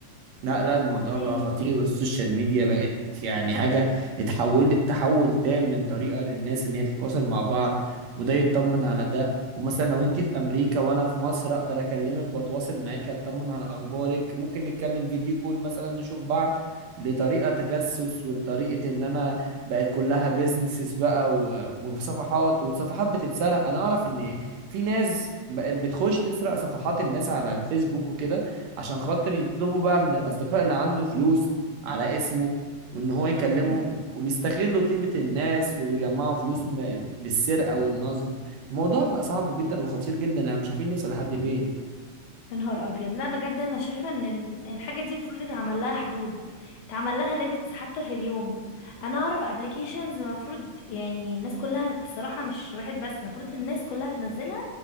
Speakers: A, on the right; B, on the left.
A: لا لا الموضوع
B: هي
A: بقى خطير والسوشيال ميديا بقت يعني حاجة اتحولت تحول تام من طريقة للناس ان هي تتواصل مع بعض وده يطمن على ده ومثلا لو انت في امريكا وانا في مصر اقدر اكلمك واتواصل معاك اطمن على اخبارك ممكن نتكلم فيديو كول مثلا نشوف بعض لطريقة تجسس ولطريقة ان انا بقت كلها بيزنسز بقى و- وصفحات وصفحات بتتسرق انا اعرف ان في ناس بقت بتخش تسرق صفحات الناس على الفيسبوك وكده عشان خاطر يطلبوا بقى من الأصدقاء اللي عنده فلوس على اسمه وإن هو يكلمهم
B: اوكي
A: وبيستغلوا طيبة الناس وبيجمعوا فلوس م- بالسرقة والنصب الموضوع بقى صعب جدا وخطير جدا يعني مش عارفين نوصل لحد فين
B: يا نهار ابيض لا بجد انا شايفه ان إن الحاجه دي المفروض يتعمل لها حدود يتعمل لها ليميتس حتى في اليوم انا اعرف ابلكيشنز المفروض يعني الناس كلها الصراحه مش واحد بس المفروض الناس كلها تنزلها